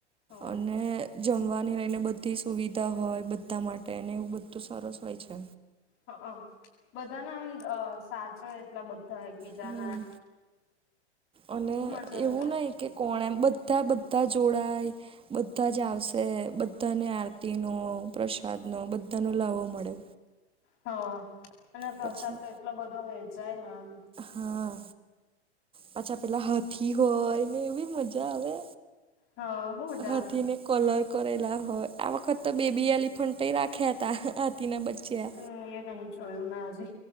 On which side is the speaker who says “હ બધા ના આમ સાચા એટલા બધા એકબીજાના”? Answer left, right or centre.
Left